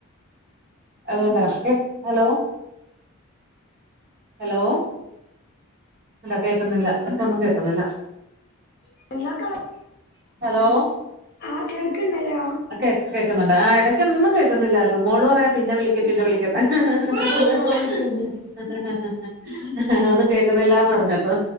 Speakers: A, on the right; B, on the left.
A: <unintelligible> ഹലോ <unintelligible> ഹലോ ഇല്ല കേക്കുന്നില്ല മറ്റൊന്നും കേൾക്കുന്നില്ല.
B: നിങ്ങൾ കാണ്
A: ഹലോ
B: ആ കേൾക്ക്ണ്ടല്ലോ
A: ആ കേക് കേക്കുന്നുണ്ട് ആ ഇടയ്ക്കൊന്നും കേക്ന്നല്ലായിര്ന്നു മോള് പറയാ പിന്നെ വിളിക് പിന്നെ വിളിക്കെന്ന് <unintelligible>
B: ആ അത് ശരി
A: ഒന്നും കേക്കുന്നില്ലന്ന് പറഞ്ഞപ്പൊ